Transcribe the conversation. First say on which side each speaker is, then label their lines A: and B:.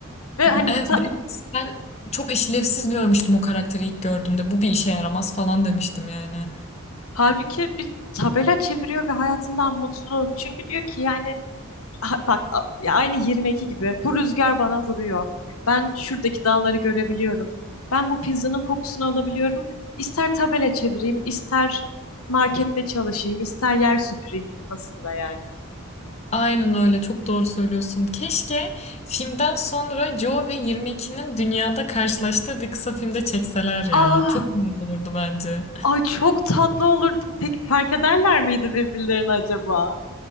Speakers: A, on the left; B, on the left.
A: Ve
B: E,
A: hani
B: Evet,
A: ta-
B: ben çok işlevsiz görmüştüm o karakteri ilk gördüğümde. Bu bir işe yaramaz falan demiştim yani.
A: halbuki bir tabela çeviriyor ve hayatından mutlu. Çünkü diyor ki yani "Ha- bak a- ya aynı 22 gibi bu rüzgar bana vuruyor. Ben şuradaki dağları görebiliyorum. Ben bu pizzanın kokusunu alabiliyorum. İster tabela çevireyim, ister markette çalışayım, ister yer süpüreyim kafasında yani.
B: Aynen öyle çok doğru söylüyorsun. Keşke filmden sonra Joe ve 22'nin dünyada karşılaştığı bir kısa filmde çekseler ya.
A: Ah,
B: Çok güzel olurdu bence.
A: ay çok tatlı olurdu. Peki fark ederler miydi birbirlerini acaba?